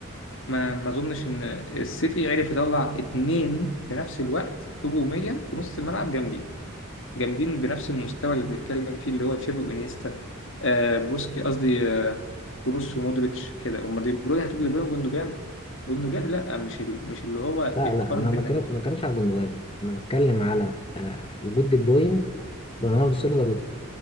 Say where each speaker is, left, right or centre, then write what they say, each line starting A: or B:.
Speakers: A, on the left; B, on the left.
A: ما ما أظنش إن السيتي عرف يطلع اتنين في نفس الوقت هجوميا في نص الملعب جامدين جامدين بنفس المستوى اللي بنتكلم فيه اللي هو تشافي وانيستا آه بوسكي قصدي آه كروس ومودريتش كده امال دي بروين هتبقى دي بروين جوندوجان جوندوجان لا مش ال... مش اللي هو
B: لا
A: يتقارن
B: لا انا ما
A: بالناس
B: بتكلم-
A: دي
B: ما بتكلمش على جوندوجان انا بتكلم على آه، وجود دي بروين برناردو سيلفا رودري